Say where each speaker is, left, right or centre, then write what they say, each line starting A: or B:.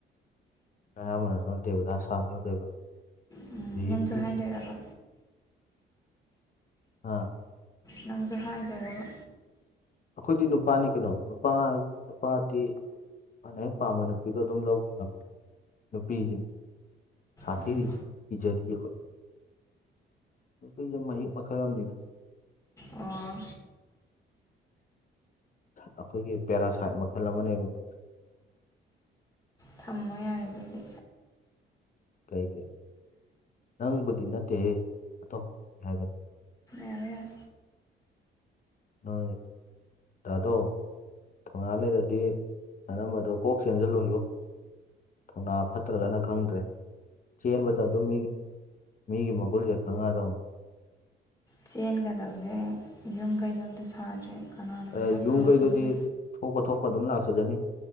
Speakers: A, on the left; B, on the left.
A: ꯑꯌꯥꯝ ꯑꯃꯅ ꯁꯅ ꯗꯦꯕꯗ ꯁꯅꯤꯌꯗꯣꯏꯕꯒꯤ
B: ꯎꯝ ꯅꯪꯁꯨ ꯍꯥꯏꯗꯣꯏꯔꯕ
A: ꯑꯥ
B: ꯂꯝꯝ ꯍꯔ ꯔꯕ
A: ꯑꯩꯈꯣꯏꯗꯤ ꯅꯨꯄꯥꯅꯤ ꯀꯩꯅꯣ ꯅꯨꯄꯥ ꯅꯨꯄꯥꯗꯤ ꯃꯥꯥꯟꯅ ꯍꯦꯛ ꯄꯥꯝꯕ ꯅꯨꯄꯤꯗꯣ ꯑꯗꯨꯝ ꯂꯧꯕꯈꯤ ꯉꯝꯃꯤ ꯅꯨꯄꯤꯁꯤꯅꯤ ꯁꯥꯇꯤ
B: ꯎꯝ
A: ꯏꯖꯗꯤ ꯍꯣꯏ ꯅꯨꯄꯤꯁꯦ ꯃꯍꯤ ꯃꯈꯜ ꯑꯃꯅꯤꯗ
B: ꯑꯣ
A: ꯑꯩꯈꯣꯏꯒꯤ ꯄꯦꯔꯥꯁꯥꯏꯠ ꯃꯈꯜ ꯑꯃꯅꯦꯕꯣꯏ
B: ꯊꯝꯃ ꯌꯥꯦꯔꯕꯗꯤ
A: ꯀꯩꯒꯤ ꯅꯪꯕꯨꯗꯤ ꯅꯠꯇꯦ ꯑꯇꯣꯞ ꯍꯥꯏꯕꯅꯣ
B: ꯌꯥꯔꯦ ꯌꯥꯔꯦ
A: ꯍꯣꯏ ꯇꯥꯗꯣ ꯊꯧꯅꯥ ꯂꯩꯔꯗꯤ ꯑꯅꯝꯕꯗꯣ ꯀꯣꯛ ꯆꯦꯟꯁꯤꯜꯂꯨꯌꯣ ꯊꯧꯅꯥ ꯐꯠꯇ꯭ꯔꯒꯅ ꯈꯪꯗ꯭ꯔꯦ ꯆꯦꯟꯕꯠꯇ ꯇꯣ ꯃꯤꯒꯤ ꯃꯤꯒꯤ ꯃꯣꯒꯣꯜꯁꯦ ꯈꯪꯉ ꯇ
B: ꯆꯦꯟꯒꯗꯕꯁꯦ ꯌꯨꯝ ꯀꯩ ꯌꯨꯝꯗ ꯁꯥꯗ꯭꯭ꯔꯦ ꯀꯅꯥꯅ ꯄꯩꯁꯥ
A: ꯑꯦ,
B: ꯄꯨꯊꯣꯛꯑ
A: ꯌꯨꯝꯈꯩꯗꯨꯗꯤ
B: ꯁꯗꯦ
A: ꯊꯣꯛꯄ ꯊꯣꯛꯄ ꯑꯗꯨꯝ ꯂꯥꯛꯆꯗꯅꯤ